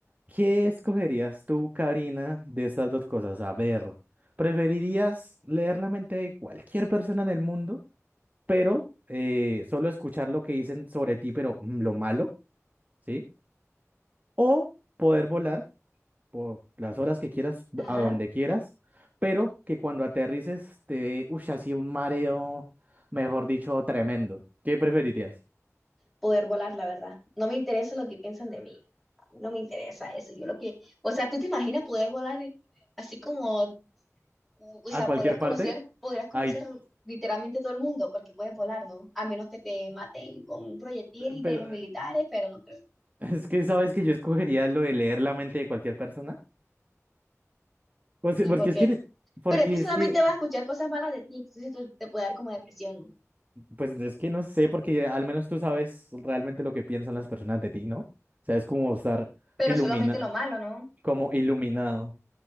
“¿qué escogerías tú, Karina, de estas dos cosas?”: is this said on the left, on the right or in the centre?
Right